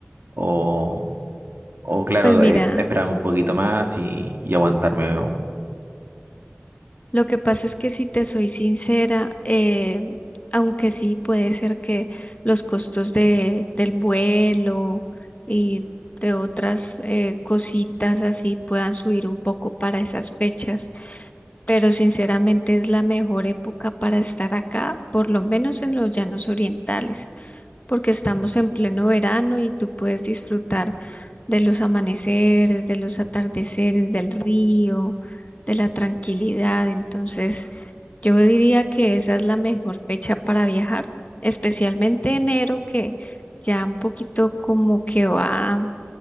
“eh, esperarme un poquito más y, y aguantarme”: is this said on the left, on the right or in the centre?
Right